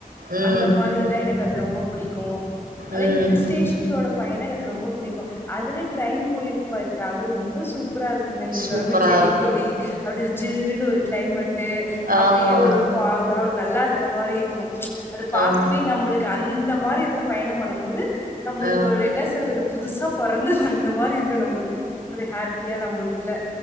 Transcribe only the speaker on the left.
அந்த மாரியில்லா எனக்கு அது ரொம்ப புடிக்கூ அனா
ஹில் ஸ்டேஷன்டோட பயணொ எனக் ரொம்ப புடிக்குஅதுல ட்ரெயின் போயிருக் பாருங்கள அது ரொம்ப சூப்பரா இருக்குங்க நீங்க
சொன்ன மரி செடிக்கொடி
அப்டி ஜில்லுன்னு ஒரு கிளைமேட்டு்
அப்டியே ஒரு ஃபாகா நல்லா இருக்க மாரி இருக்கு அது பாக்கவே
நம்ளுக்கு அந்த மாரி இத்துல பயணம் பண்ணும் போது நம்ளுக்கு
ஒரு என்ன சொல்றது புதுசா பொறந்து வளந்த மாரி இருக்கு நம்ளுக்கு ஒரு ஹாப்பியா நம்ளுக்குள்ள